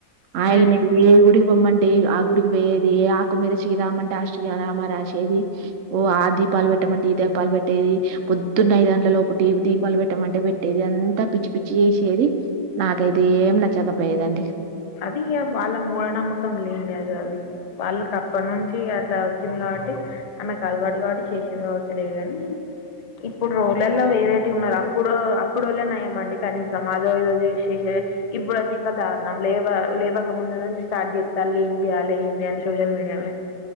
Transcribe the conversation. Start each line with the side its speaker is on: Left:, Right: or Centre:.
Right: ఆయన
Left: హ్మ్.
Right: ఏ గుడికి బొమ్మంట్ టే ఆ గుడికి పోయేది ఏ ఆకు మీద శ్రీరామ్ అంటే ఆ శ్రీరామా రాసేది ఓ ఆ దీపాలు పెట్టి పెట్టమంటే ఈ దీపాలు పెట్టేది పొద్దున్న ఐదు గంటల లోపు టీ దీపాలు పెట్టమంటే పెట్టేది అంతా పిచ్చి పిచ్చి చేసేది నాకైతే ఏం నచ్చకపోయేదండి.
Left: అది ఇగ వాళ్ళ మూఢనమ్మకం లేండి అదు అది వాళ్ళకి అప్పటి నుంచి అట్లా వచ్చింది కాబ ట్టి ఆమెకు అలవాటు కాబట్టి చేసింది కావచ్చు లేగాని ఇప్పుడు రోలల్లో వేరైటీగ ఉన్నారు అప్పుడు అప్పుడోళ్ళే నయ్యమండి కనీసం అదో ఇదో చూసి చే ఇప్పుడైతే ఇంకా దారుణం లేవ లేవక ముందు నుంచి స్టార్ట్ చేత్తాళ్ళూ ఏం చేయాలి ఏంది అని సోషల్ మీడియాల్నే